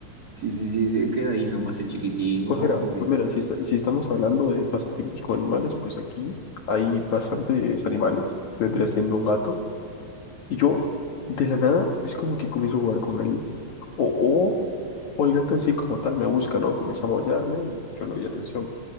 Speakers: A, on the right (about 40°); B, on the left (about 60°).
A: Sí, sí, sí, queda ahí nomás el chiquitín,
B: Pues
A: <laughs>
B: mira,
A: oh, pobrecito.
B: pues mira, si, esta- si estamos hablando de pasatiempos con animales, pues aquí hay bastantes animales, vendría siendo un gato, y yo de la nada es como que comienzo a jugar con él, o, o, o el gato en sí como tal me busca, ¿no? Comienza a maullarme y yo le doy atención,